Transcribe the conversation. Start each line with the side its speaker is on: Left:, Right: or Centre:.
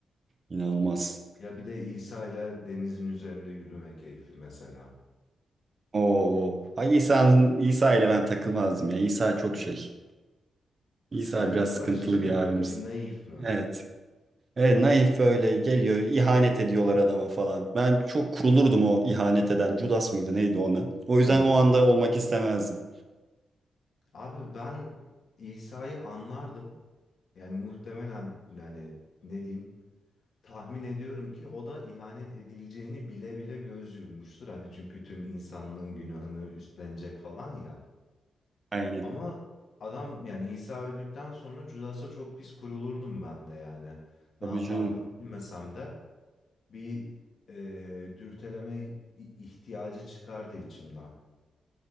Right: İnanılmaz.
Left: Ya bir de İsa ile denizin üzerinde yürüme keyfi mesela.
Right: Oo. Ay İsa'nın İsa ile ben takılmazdım ya. İsa çok şey.
Left: Pısırık,
Right: İsa biraz sıkıntılı
Left: barışçıl
Right: bir abimiz.
Left: böyle bir naif mi?
Right: Evet. Evet, naif böyle geliyor. ihanet ediyorlar adama falan. Ben çok kurulurdum o ihanet eden. Judas mıydı neydi ona? O yüzden
Left: Evet.
Right: o anda olmak istemezdim.
Left: Abi ben İsa'yı anlardım. Yani muhtemelen yani ne diyeyim tahmin ediyorum ki o da ihanet edileceğini bile bile göz yummuştur. Hani çünkü tüm insanlığın günahını üstlenecek falan ya.
Right: Aynen.
Left: Ama adam yani İsa öldükten sonra Judas'a çok pis kurulurdum ben de yani. Ne
Right: Tabii
Left: yapardım
Right: canım.
Left: bilmesem de bir e, dürteleme i- ihtiyacı çıkardı içimden.